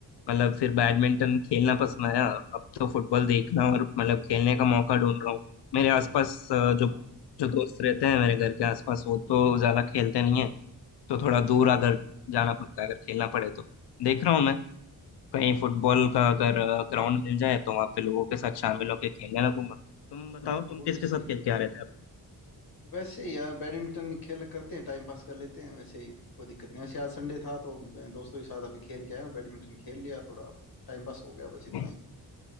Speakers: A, on the left; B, on the left.
A: मतलब फिर बैडमिंटन खेलना पसंद आया अब तो फुटबॉल देखना और मतलब खेलने का मौका ढूंढ रहा हूँ मेरे आसपास
B: हाँ
A: अ, जो
B: हाँ
A: जो दोस्त रहते हैं मेरे घर के आसपास वो तो ज्यादा खेलते नहीं है तो थोड़ा
B: अच्छा
A: दूर अगर जाना पड़ता है अगर खेलना पड़े तो देख रहा हूँ मैं कहीं फुटबॉल
B: हाँ,
A: का अगर ग्राउंड मिल जाए तो वहां पे लोगों के साथ शामिल होकर खेलने लगूंगा तुम बताओ तुम
B: वो
A: किसके
B: भी सही
A: साथ खेल
B: है
A: के आ रहे थे
B: वैसे यार बैडमिंटन खेल करते हैं टाइम पास कर लेते हैं वैसे ही कोई दिक्कत नहीं वैसे आज संडे था तो मैं दोस्तों के साथ अभी खेल के आया हूँ बैडमिंटन खेल लिया थोड़ा टाइम पास हो गया बस इतना
A: अब
B: ही